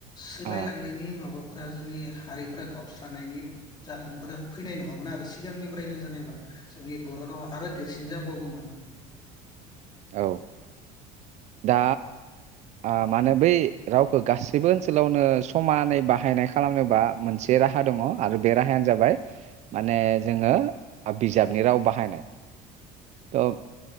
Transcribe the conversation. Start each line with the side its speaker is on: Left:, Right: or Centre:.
Left: सोलायलांनायनि
Right: आ
Left: माबा फोरा जोंनि हारिफोरा गावस्रानि जाहोनफोरा फैनाय नङामोन आरो सिगांनिफ्रायनो जानायबा जोंनि बर' रावा आरो देरसिन जाबावगौमोन
Right: औ दा अ माने बै रावखौ गासैबो ओनसोलावनो समानै बाहायनाय खालामनोबा मोनसे राहा दङ आरो बे राहायानो जाबाय माने जोङो बिजाबनि राव बाहायनाय औ